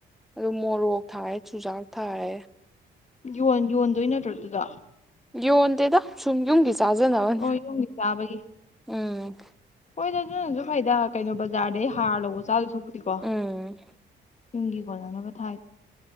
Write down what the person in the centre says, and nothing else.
ꯑꯗꯨ ꯃꯣꯔꯣꯛ ꯊꯥꯏ ꯆꯨꯖꯥꯛ ꯊꯥꯏ
ꯌꯣꯟꯗꯦꯗ ꯁꯨꯝ ꯌꯨꯝꯒꯤ ꯆꯥꯖꯅꯕꯅꯦ
ꯎꯝ
ꯎꯝ